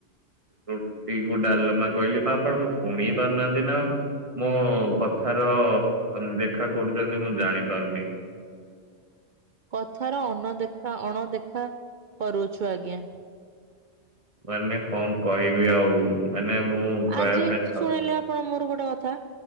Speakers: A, on the right (about 30°); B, on the right (about 60°).
A: ରୁଟିକୁ ଡାଲମା କହିଲି ପା ଆପଣଙ୍କୁ ଶୁଣି ପାରୁନାହାନ୍ତି ନା ମୋ କଥାର ଅନଦେଖା କରୁଛନ୍ତି ମୁଁ ଜାଣିପାରୁନି।
B: କଥାର ଅନଦେଖା ଅଣଦେଖା କରୁଛୁ ଆଜ୍ଞା।
A: ମାନେ କଣ କହିବି ଆଉ। ମାନେ ମୁଁ କହିବା
B: ଆଜି
A: ପାଇଁ ସ
B: ଶୁଣିଲେ ଆପଣ ମୋର ଗୋଟେ କଥା